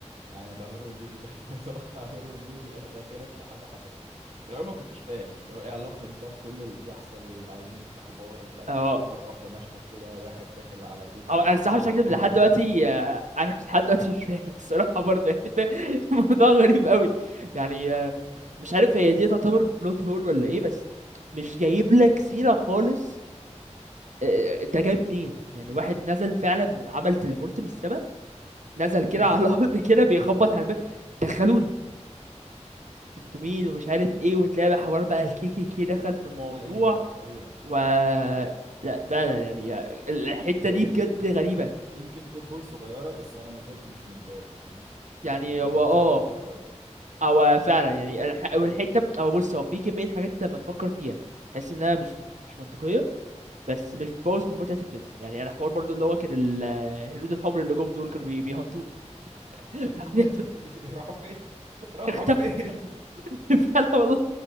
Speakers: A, on the right; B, on the right.
A: يعني ده هورور موفي داخل متوقع هورور موفي اخيرا في حاجة حصلت في الاول ما كنتش فاهم اللي هو ايه علاقة ده بكل اللي بيحصل واللي عايزين يفتحوا بار ومش عارف
B: اه
A: ايه مرة واحدة مشهد كده واحد داخل على بيت
B: هو
A: فيه
B: انا
A: اتنين
B: الصراحه مش
A: عضهم
B: هكذب لحد
A: من
B: دلوقتي
A: رقبته
B: آه، انا لحد دلوقتي مش فاهم الصراحه برضه يعني <laughs> الموضوع غريب قوي يعني آه، مش عارف هي دي تعتبر بلوت هول ولا ايه بس مش جايب لك سيره خالص آه، آه، ده جاي منين يعني
A: بالظبط
B: واحد نزل فعلا عمل تليبورت من السماء نزل كده
A: <laughs>
B: على <laughs> الارض كده بيخبط على الباب دخلوني انتوا مين ومش عارف ايه وتلاقي حوار بقى الكيكي كي كي دخل في الموضوع
A: ايوه ايوه
B: و لا فعلا يعني يا- الحته
A: آه،
B: دي
A: يمكن
B: بجد غريبه
A: يمكن بلوت هول صغيره بس انا ما زلت مش متضايق يعني نف...
B: يعني
A: نفذوها
B: هو اه
A: بشكل كويس
B: او فعلا يعني الح... والحته بت... او بص هو في كميه حاجات لما تفكر فيها تحس انها مش بت... مش منطقيه بس مش بتبوظ من متعه الفيلم يعني انا حوار برضو اللي هو كان ال- الهنود الحمر اللي جم دول كانوا بي... بيهنتوه <laughs>
A: <laughs>
B: بعدين
A: راحوا فين راحوا
B: <laughs> اختفوا
A: فين
B: <laughs> فعلا والله